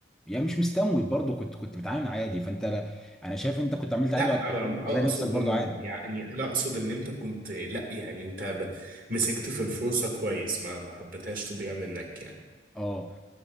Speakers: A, in the centre; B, on the right.
A: يعني مش مستموت برضه كنت كنت بتعامل عادي فانت لا- انا شايف انت كنت عملت
B: لا
A: عادي بعد التخرج
B: انا
A: تلاقي
B: اقصد
A: نفسك برضه
B: بم-
A: عادي
B: يعني انا اقصد ان انت كنت لا يعني انت ب- مسكت في الفرصة كويس ما ما حبيتهاش تضيع منك يعني
A: اه